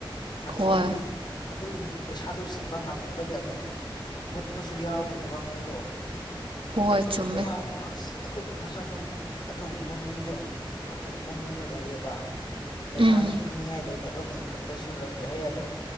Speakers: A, on the left; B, on the right.
A: ꯑꯗꯨꯗꯩꯗꯤ
B: ꯍꯣꯏ ꯍꯣꯏ
A: ꯑꯗꯨꯝ ꯄꯩꯁꯥꯗꯨ ꯁꯤꯡꯕ ꯉꯝꯗꯕꯒꯤ ꯑꯗꯨꯝ ꯃꯨꯠꯄꯁꯨ ꯌꯥꯎꯕꯅꯦꯕ ꯃꯣꯏꯗꯣ
B: ꯍꯣꯏ
A: ꯌꯥꯝ
B: ꯆꯨꯝꯃꯦ
A: ꯋꯥꯕ ꯑꯁ ꯑꯩꯈꯣꯏ ꯈꯨꯟꯗꯁꯨ ꯑꯗꯨꯝ ꯑꯗꯨꯒꯨꯝꯕ ꯃꯤꯗꯣ ꯑꯗꯨꯒꯨꯝꯕ ꯃꯤꯗꯣ ꯂꯩꯌꯦꯕ ꯄꯩꯁꯥꯗꯨ
B: ꯎꯝ
A: ꯄꯤꯅꯤꯡꯉꯥꯏ ꯂꯩꯇꯕꯒꯤ ꯈꯨꯟꯗꯁꯨ ꯂꯩꯇ꯭ꯔꯦ ꯑꯗꯨꯝ